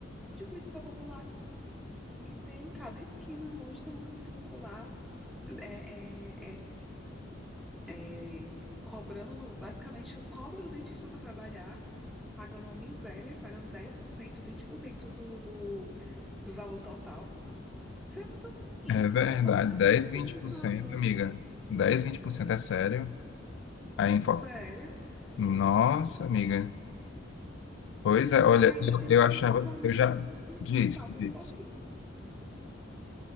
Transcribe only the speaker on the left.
É verdade,
dez,
vinte
por
cento, amiga. Dez, vinte por cento é sério. A info...
Nossa, amiga. Pois é, olha,
eu,
eu
achava,
eu
já
diz,
diz.